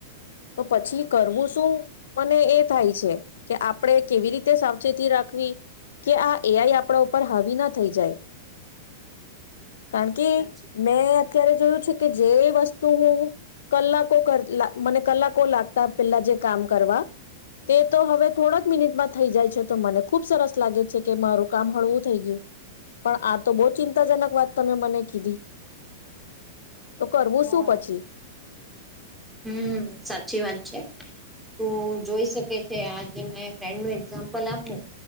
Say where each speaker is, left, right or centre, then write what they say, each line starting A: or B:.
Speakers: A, on the left; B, in the centre.
A: તો પછી કરવું શું મને એ થાય છે કે આપણે કેવી રીતે સાવચેતી રાખવી કે આ એઆઈ આપણા ઉપર હાવી ના થઈ જાય કારણ કે
B: સાચી
A: મેં અ્યારે જોયું છે કે જે વસ્તુ હું કલા ક લ પેલા જે કામ કરવા હવે થો મિનિટ થઈ જાય છે તો મને ખુબ સરસ લાગે છે કે મારું કામ હળવું થઈ ગયું પણ આ તો બહુ ચિંતાજનક વાત તમે મને કીધી તો કરવું
B: હા
A: શું પછી
B: હમ સાચી વાત છે તું જોઈ શકે છે આ જે ફ્રેન્ડ નું એક્ઝામ્પલ આપું